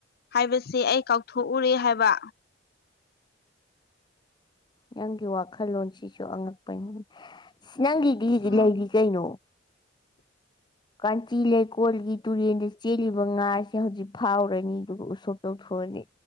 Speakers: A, on the left (about 55°); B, on the left (about 25°).
A: ꯍꯥꯏꯕꯁꯦ ꯑꯩ ꯀꯥꯎꯊꯣꯛꯎꯔꯦ ꯍꯥꯏꯕ
B: ꯅꯪꯒꯤ ꯋꯥꯈꯜꯂꯣꯟꯁꯤꯁꯨ ꯑꯉꯛꯄꯅꯤ ꯁꯤ ꯅꯪꯒꯤꯗꯤ
A: ꯎꯝ
B: ꯂꯩꯔꯤ ꯀꯩꯅꯣ ꯀꯥꯟꯆꯤ ꯂꯩꯀꯣꯜꯒꯤ ꯇꯨꯔꯦꯟꯗ ꯆꯦꯜꯂꯤꯕ ꯉꯥꯥꯁꯦ ꯍꯧꯖꯤꯛ ꯐꯥꯎꯔꯅꯤ ꯑꯗꯨꯒ ꯎꯁꯣꯞ ꯇꯧꯊꯣꯛꯑꯅꯤ